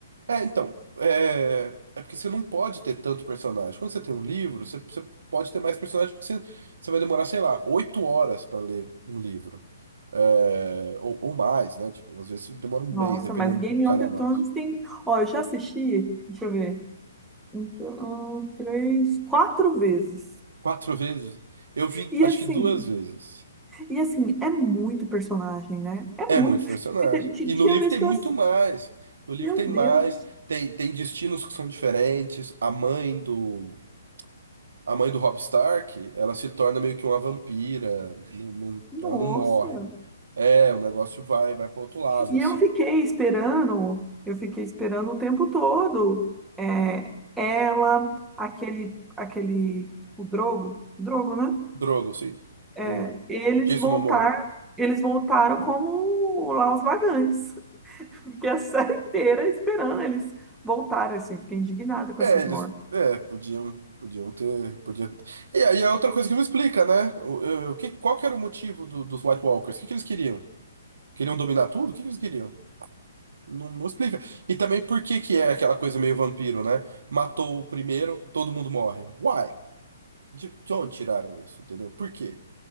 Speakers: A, on the right; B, in the centre.
A: é, então, é, é porque você não pode ter tanto personagem. Quando você tem um livro, você, você pode ter mais personagens porque você, você vai demorar, sei lá, oito horas para ler um livro. É, ou, ou mais, né? Tipo, às vezes demora um
B: Nossa,
A: mês, dependendo
B: mas Game
A: do calhamaço.
B: of Thrones tem. Ó, eu já assisti, deixa eu ver, um, dois, três, quatro vezes.
A: Quatro vezes? Eu vi,
B: E
A: acho
B: assim,
A: que duas vezes.
B: e assim, é muito personagem, né? É muito.
A: É muito personagem.
B: E te- ti-
A: E
B: Tinha
A: no livro
B: vez
A: tem
B: que
A: muito
B: eu. ass-
A: mais. No livro
B: Meu
A: tem mais,
B: Deus,
A: tem, tem destinos que são diferentes. A mãe do a mãe do Robb Stark, ela se torna meio que uma vampira, não- não-
B: nossa.
A: ela não morre. É, o negócio vai vai para outro lado
B: E
A: assim.
B: eu fiquei esperando, eu fiquei esperando o tempo todo. É, ela, aquele, aquele, o Drogo, Drogo, né?
A: Drogo, assim,
B: É,
A: o
B: eles
A: Jason
B: voltar,
A: Momoa.
B: eles voltaram como lá os vagantes. <laughs> Fiquei a série inteira esperando eles voltarem, assim. Fiquei indignada com
A: É,
B: essas
A: eles
B: mortes.
A: é, podiam podiam ter, podia. E aí é outra coisa que me explica, né? O, eh, o que, qual que era o motivo do- dos White Walkers? O que que eles queriam? Queriam dominar tudo? O que que eles queriam? Não, não explica. E também por que que é aquela coisa meio vampiro, né? Matou o primeiro, todo mundo morre. Why? De, de onde tiraram isso, entendeu? Por quê?